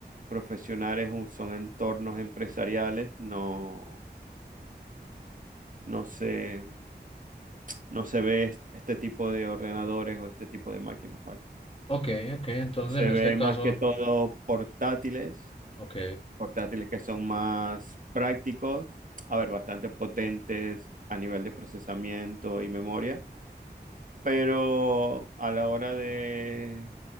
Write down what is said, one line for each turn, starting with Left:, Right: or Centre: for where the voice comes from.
Right: profesional, es un- son entornos empresariales, no no se, no se ve est- este tipo de ordenadores o este tipo de máquinas, ¿vale?
Left: Ok, ok, entonces
Right: Se
Left: en este
Right: ve
Left: caso,
Right: más que todo portátiles,
Left: ok,
Right: portátiles que son más prácticos, a ver, bastante potentes a nivel de procesamiento y memoria, pero a la hora de